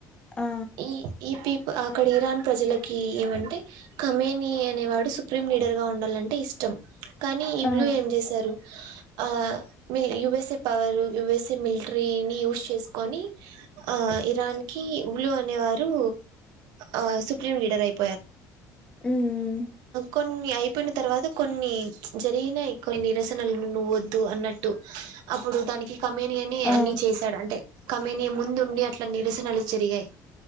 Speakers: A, on the left; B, on the right.
A: ఆ,
B: ఈ ఈ ప అక్కడ ఇరాన్ ప్రజలకి ఏమంటే కమీ మీ అనే వాడు సుప్రీం లీడర్ గా ఉండాలంటే ఇష్టం పు కానీ ఇ
A: ఆ,
B: బ్లు ఏం చేసారు ఆ మీ యుఎస్ఏ పవారు యుఎస్ఏ మిల్ట్రీనీ యూస్ చేసుకొని ఆ ఇరాన్ కి ఇలు అనే వారు ఆ సుప్రీం లీడర్ అయి
A: మ్మ్.
B: కొన్ని అయిపోయిన తర్వాత కొన్ని జరిగినా ఎక్ కొ నిరసనలను నువ్వ వద్దు అన్నట్టు ఇప్పుడు దానికి కమేనీ అని
A: ఆ,
B: అన్ని చేసాడు అంటే కమేనీ ముందు ఉండి అట్ల పస నలు చెరిగాయ్